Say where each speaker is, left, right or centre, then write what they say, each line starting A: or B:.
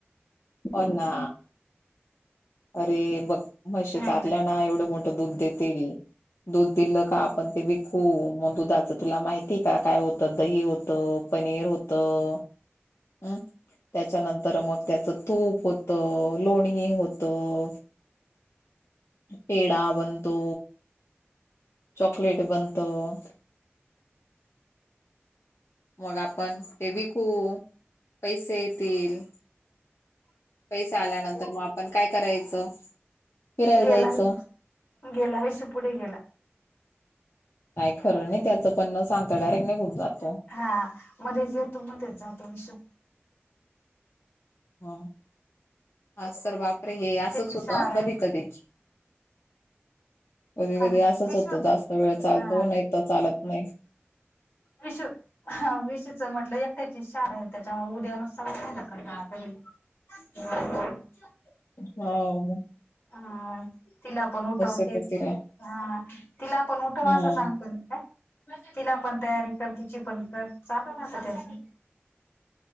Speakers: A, on the left; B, on the left.
A: हो ना अरे! बघ म्हशी
B: नाही
A: चारल्या ना एवढं मोठं दूध देतील. दूध दिलं का आपण ते विकू मग दुधाच तुला माहिती का काय होतं दही होतं पनीर होतं हम् त्याच्यानंतर मग त्याचं तूप होत लोणी होतं. पेढा बनतो चॉकलेट बनतं. मग आपण ते विकू पैसे येतील. पैसे आल्यानंतर मं आपण काय करायचं? फिरायला
B: गेला
A: जायचं
B: बाई गेला विसु पुढे गेला
A: काय खरं नाही, त्याचं पण न सांगत डायरेक्ट निघून जातो.
B: हा मध्येच येतो मध्येच जातो विशु
A: हो. आज तर बापरे! हे असच
B: त्याची
A: होतं
B: शाळा
A: कधी कधी कधी
B: हा
A: कधी
B: ना
A: असंच
B: विशू
A: होतं जास्त वेळ चालतो
B: हा
A: नाही तर चालत नाही.
B: विशु ह विशुचं म्हटलं एकट्याची शाळाय त्याच्यामुळे उद्या नु <unintelligible> राला कंटाळा करीत हम <unintelligible> <inaudible>
A: हं
B: हा तिला पण उठवतेच
A: येतो तिला
B: हा तिला पण उठव
A: हम्म
B: असं सांगतो ना काय तिला पण तयारी कर तिची पण कर चालू राहत त्याचं